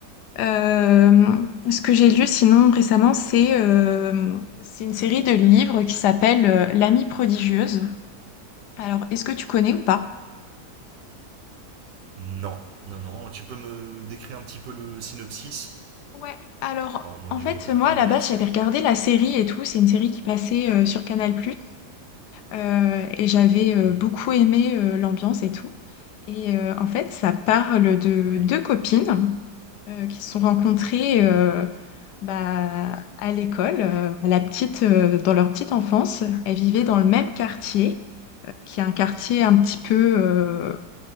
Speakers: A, on the left; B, on the right.
A: Euh, ce que j'ai lu sinon récemment, c'est euh, c'est une série de livres qui s'appelle euh, L'amie prodigieuse. Alors, est-ce que tu connais ou pas?
B: Non, non, non. Tu peux me décrire un petit peu le synopsis
A: Ouais, alors
B: Enfin, on va
A: en
B: dire
A: fait,
B: deux,
A: moi
B: trois
A: à
B: mots
A: la
B: là-dessus.
A: base, j'avais regardé la série et tout, c'est une série qui passait euh, sur Canal+. Euh, et j'avais euh,
B: Mhm,
A: beaucoup aimé euh, l'ambiance et tout. Et euh, en fait, ça parle de
B: Ouais.
A: deux copines euh, qui se sont rencontrées
B: mhm,
A: euh, bah, à l'école, euh, à la petite, euh, dans leur petite enfance. Elles vivaient dans le même quartier, euh, qui est un quartier un petit peu, euh,